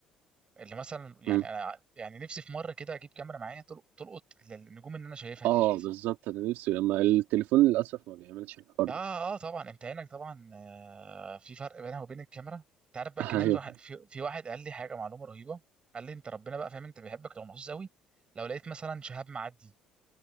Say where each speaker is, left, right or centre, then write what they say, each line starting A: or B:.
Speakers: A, on the right (about 35°); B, on the right (about 80°).
A: اللي مثلا يعني
B: مم.
A: انا يعني نفسي في مره كده اجيب كاميرا معايا تل- تلقط النجوم اللي انا شايفها ديت
B: اه بالظبط انا نفسي اما التليفون للأسف ما بيعملش الحوار
A: ده اه
B: ده
A: آه، طبعا انت عينك طبعا آه، في فرق بينها وبين الكاميرا انت عارف بقى
B: <laughs>
A: كمان
B: ايوه
A: واحد في, في واحد قال لي حاجه معلومه رهيبه قال لي انت ربنا بقى فاهم انت بيحبك لو محظوظ قوي لو لقيت مثلا شهاب معدي